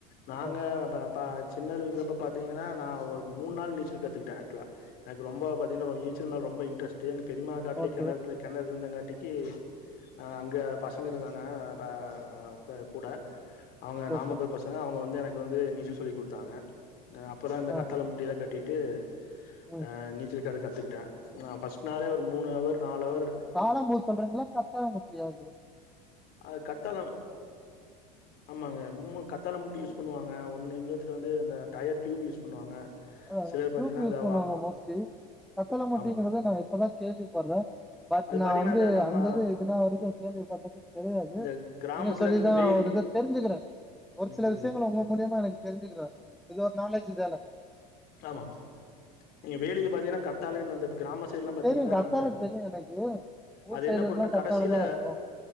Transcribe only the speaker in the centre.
அதா அதா
ஓகே
சூப்பர்
ஓகே
ஆ
ஆ
ம்
தாழம் பூ சொல்றீங்களா கத்தாழம் பூ ஃப்ரீயா இருக்குது
அதா
அதா ட்டியூப்
யூஸ்
பண்ணுவாங்க மோஸ்ட்லி கத்தாழ மூட்டைங்கிறத
நா இப்பதா கேள்வி பட்றே பட்
நா
வந்து
அந்தது இதுனா வரைக்கு கேள்விப்பட்டதேக் கெடையாது
நீங்க சொல்லிதா
ஒரு இத தெரிஞ்சுக்கிறே ஒரு சில
விஷ்யங்கள்
ஒங்க மூலியமா எனக்கு தெரிஞ்சுக்கிற இது ஒரு நாலேஜு தான
தெரியு கத்தாழ
தெரியு எனக்கு ஊர்
சைடு
எல்லா
கத்தாழ தா இருக்கு